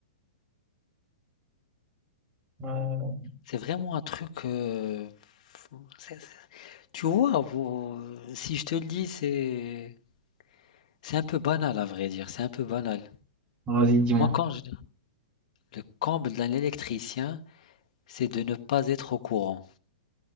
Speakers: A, on the right (about 25°); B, on the left (about 50°).
A: Euh,
B: C'est vraiment un truc. euh, c'est- c'est- tu vois, vous- si je te le dis, c'est c'est un peu banal à vrai dire. C'est un peu banal.
A: vas-y, dis-moi.
B: Moi, quand je, le comble d'un électricien, c'est de ne pas être au courant.